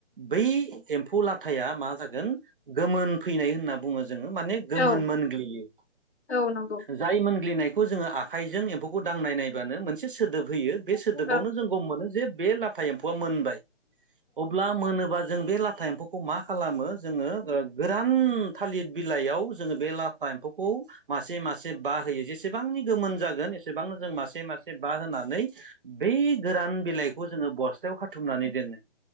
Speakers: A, on the right (about 50°); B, on the left (about 75°).
A: बै एम्फौ लाथ थाया मा जागोन गोमोन फैनाय होनना बुङो जोङो माने गोमोन
B: औ
A: मोनग्लियो।
B: औ नंगौ
A: जाय मोनग्लिनायखौ जोङो आखाइजों एम्फौखौ दांनाय नायबानो मोनसे सोदोब होयो बे सोदोबावनो
B: औ
A: जों गम मोनो जे बे लाथा एम्फौआ मोनबाय अब्ला मोनो अब्ला जों बे लाथा एम्फौखौ मा खालामो जोङो ओ गोरान थालिर बिलाइयाव जोङो बे लाथा लाफा एम्फौखौ मासे मासे बा होयो जेसे जेसेबांनि एसेबांनि गोमोन जागोन एसेबांनो जों मासे मासे बा होनानै बै गोरान बिलाइखौ जोङो बस्थायाव खाथुमनानै दोनो।